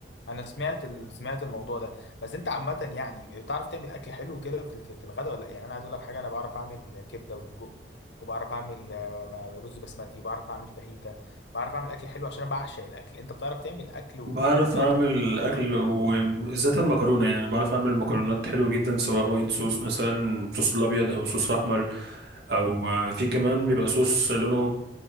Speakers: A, on the left; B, on the right.
A: انا سمعت ال... سمعت الموضوع ده بس انت عامه يعني بتعرف تعمل اكل حلو كده في الك- في الغداء ولا لا يعني انا عايز اقول لك حاجه انا بعرف اعمل كبده وسجق وبعرف اعمل آه، رز بسمتي بعرف اعمل فاهيتا بعرف اعمل اكل حلو عشان انا بعشق الاكل انت بتعرف تعمل اكل وايه
B: بعرف
A: بالنسبه
B: اعمل
A: لك الاكل المفضله
B: اكل وبالذات المكرونه يعني انا بعرف اعمل مكرونات حلوه جدا سواء وايت صوص مثلا صوص الابيض او صوص احمر او آه، في كمان بيبقى صوص لونه